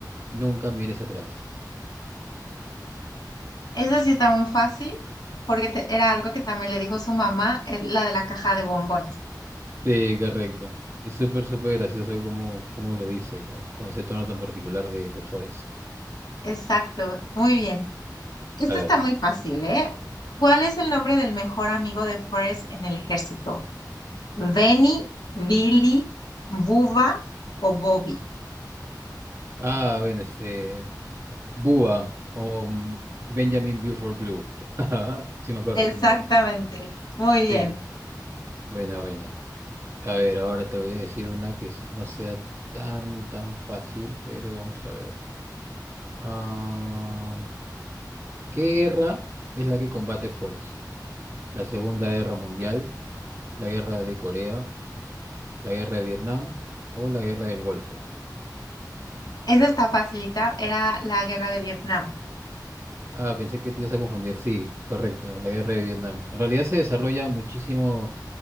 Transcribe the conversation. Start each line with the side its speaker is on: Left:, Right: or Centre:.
Right: nunca mires atrás.
Left: Eso sí está muy fácil, porque te- era algo que también le dijo su mamá, es la de la caja de bombones.
Right: Sí, correcto. Y súper, súper gracioso como, como lo dice, con, con ese tono tan particular de, de Forrest.
Left: Exacto, muy bien. Esto
Right: A ver.
Left: está muy fácil, ¿eh? ¿Cuál es el nombre del mejor amigo de Forrest en el ejército? ¿Benny, Billy, Bubba o Bobby?
Right: Ah, bueno, este. Búa o mm, Benjamin Buford Blue. <laughs> Sí, me acuerdo,
Left: Exactamente,
Right: sí, me acuerdo.
Left: muy
Right: Sí,
Left: bien.
Right: buena, buena. A ver, ahora te voy a decir una que s- no sea tan, tan fácil, pero vamos a ver. Ah, ¿qué guerra es la que combate Forrest? ¿La Segunda Guerra Mundial, la Guerra de Corea, la Guerra de Vietnam o la Guerra del Golfo?
Left: Esa está facilita, era la guerra de Vietnam. <laughs>
Right: Ah, pensé que te ibas a confundir. Sí, correcto, la Guerra de Vietnam. En realidad se desarrolla muchísimo,